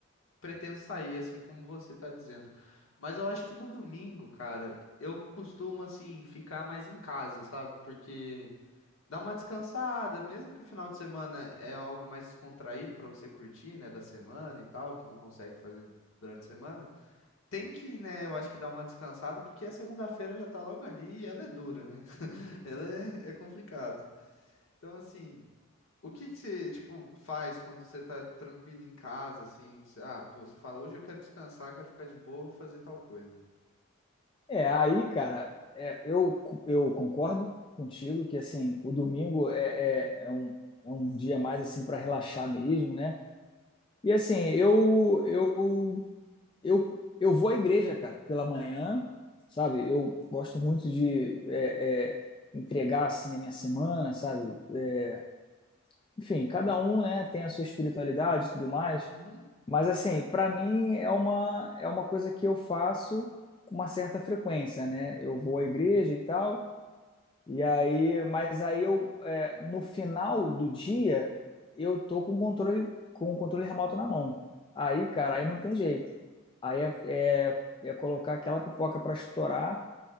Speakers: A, on the left; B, on the left.
A: pretendo sair, assim como você tá dizendo. Mas eu acho que no domingo, cara, eu costumo, assim, ficar mais em casa, sabe? Porque dá uma descansada, mesmo que o final de semana é algo mais descontraído pra você curtir, né, da semana e tal, que não consegue fazer durante a semana. Tem que, né, eu acho que dar uma descansada, porque a segunda-feira já tá logo ali e ela é dura, né? <laughs> Ela é, é complicado. Então, assim. O que que você, tipo, faz quando você tá tranquilo em casa, assim? cê- Ah, pô, você fala, hoje eu quero descansar, quero ficar de boa, vou fazer tal coisa.
B: É, aí, cara, é, eu, eu concordo contigo que, assim, o domingo é, é, é um, é um dia mais, assim, para relaxar mesmo, né? E, assim, eu, eu eu, eu vou à igreja, cara, pela manhã, sabe? Eu gosto muito de é, é, entregar, assim, a minha semana, sabe? É, enfim, cada um, né, tem a sua espiritualidade e tudo mais.
A: Uhum.
B: Mas, assim, para mim é uma, é uma coisa que eu faço com uma certa frequência, né? Eu vou à igreja e tal, e aí, mas aí eu, é, no final do dia, eu tô com o controle, com o controle remoto na mão. Aí, cara,
A: Sim,
B: aí não tem jeito. Aí é, é, é colocar aquela pipoca pra estourar